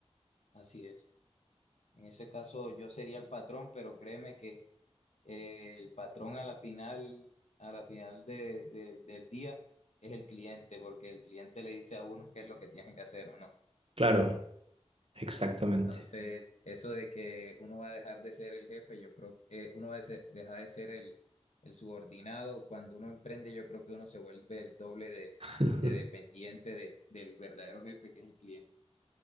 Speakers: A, on the left; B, on the right.
A: Así es. En ese caso yo sería el patrón, pero créeme que eh, el patrón a la final, a la final de- de- del día es el cliente, porque el cliente le dice a uno qué es lo que tiene que hacer o no.
B: Claro, exactamente.
A: Entonces, eso de que uno va a dejar de ser el jefe, yo creo que eh, uno va a ser- dejar de ser el, el subordinado. Cuando uno emprende, yo creo que uno se vuelve el doble de,
B: <laughs>
A: de dependiente de- del verdadero jefe, que es el cliente.